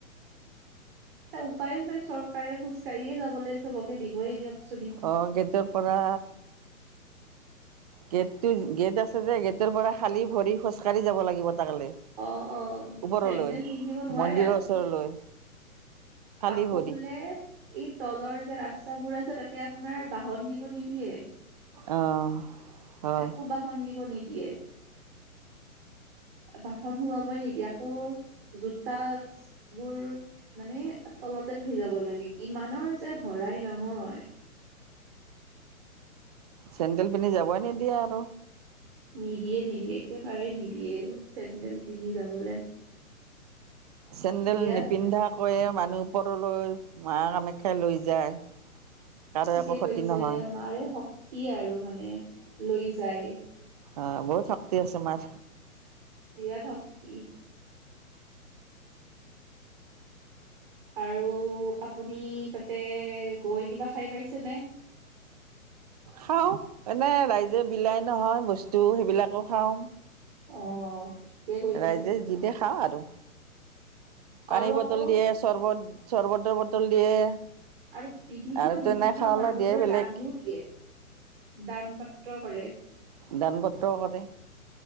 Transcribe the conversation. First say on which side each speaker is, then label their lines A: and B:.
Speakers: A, on the right; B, on the right.
A: এটিয়া উপায়ো নাই চৰকাৰে খোজ কাঢ়িয়েই যাবলৈ চবকে দিবয়ে দিয়কচো
B: অ' গেটৰ পৰা গেট। এইটো গেট আছে যে গেটৰ পৰা খালি ভৰি খোজকাঢ়ি যাব লাগিব তাকলে
A: অ অ,
B: ওপৰলৈ
A: চেণ্ডেল পিন্ধিব নোৱাৰে
B: মন্দিৰৰ
A: আপুনি
B: ওচৰলৈ খালী
A: ।আকৌ
B: ভৰি
A: বোলে এই তলৰ যে ৰাস্তাবোৰ আছে তাতে আপোনাৰ বাহন নিব নিদিয়ে।
B: অ ' হয়।
A: একো বাহন <unintelligible> বাহন সোমাবই নিদিয়ে আকৌ জোতা বোৰ মানে তলতে থৈ যাব লাগে। কিমানৰ যে শৰাই নহয়।
B: চেণ্ডেল পিন্ধি যাবই নিদিয়ে আৰু।
A: নিদিয়ে -নিদিয়ে একেবাৰেই নিদিয়ে, চেণ্ডেল পিন্ধি যাবলে।
B: চেন্দেল
A: বিৰাট
B: নিপিন্ধাকৈয়ে মানুহ ওপৰলৈ মা কামাখ্যা লৈ যায়। কাৰো
A: ঠিকে
B: একো ক্ষতি
A: কৈছে
B: নহয়
A: মাৰে শক্তি শক্তি আৰু মানে মানে লৈ যায়।
B: অহ বহুত শক্তি আছে মাৰ
A: বিৰাট শক্তি। আৰু আপুনি তাতে গৈ কিবা খাই পাইছেনে?
B: খাওঁ, এনে ৰাইজে বিলাই নহয় বস্তু সেইবিলাকো খাওঁ।
A: অ ঠিকে কৈছে
B: ৰাইজে যি দে খাওঁ আৰু
A: আৰু
B: পানীৰ
A: আকৌ
B: বটল দিয়ে, চৰ্বত চৰ্বতৰ বটল দিয়ে
A: আৰু বিভিন্ন-বিভিন্ন
B: আৰু তেনে খাৱলৈ
A: মানুহবোৰে
B: দিয়ে বেলেগ
A: দানিও দিয়ে দান পাত্ৰ কৰে।
B: দান পত্ৰ কৰে